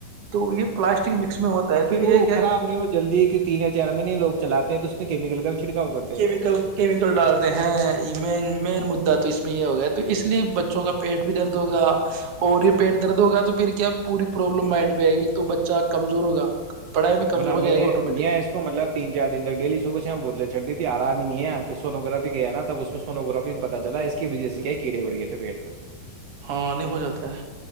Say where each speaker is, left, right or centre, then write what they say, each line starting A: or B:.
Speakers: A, on the right; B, on the right.
A: وہ یہ پلاسٹک مکس میں ہوتا
B: اب
A: ہے
B: پھر
A: تو یہ
B: وہ
A: کیا
B: خراب نہیں ہو جلدی کی تین یا چار مہینے لوگ چلاتے ہیں تو کیمیکل کا چھڑکاؤ کرتے ہیں
A: کیمیکل
B: لوگ
A: کیمیکل ڈالتے ہیں ای مین مین مدا تو اس میں یہ ہو گا تو اس اس لیے بچوں کا پیٹ بھی درد ہوگا اور یہ پیٹ درد ہوگا تو پھر کیا پوری پرابلم مائنڈ پہ آئے گی تو بچہ کمزور ہوگا پڑھائی
B: وہ
A: کمزور
B: نا
A: ہو
B: میں
A: جائے
B: نے
A: گا آٹومیٹکلی
B: نیا ہے اس کو مطلب تین چار دن تک ڈیلی صبح شام بوتل چڑ دی تھی آرام ہی نہیں ہے پھر سونو گرافی گیا نا تب اس میں سونو گگرافی میں پہ چلا اس کی وجہ سے کیا کیڑےڑ گئے تھے پیٹ میں
A: ہاں نہیں ہو جاتا ہے